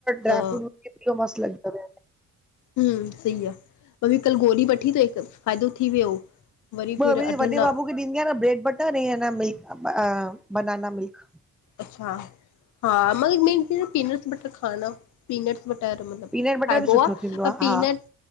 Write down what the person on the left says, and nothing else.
त
हुं सही आह, मम्मी कल्ह गोरी वठी के हिक फ़ाइदो थी वियो। वरी
फिर
अठ
न
अच्छा हा, मे ई पीनट्स बटर खाना पीनट्स बटर। <unintelligible> और मतलब
खाइबो
आह,
अ
पीनट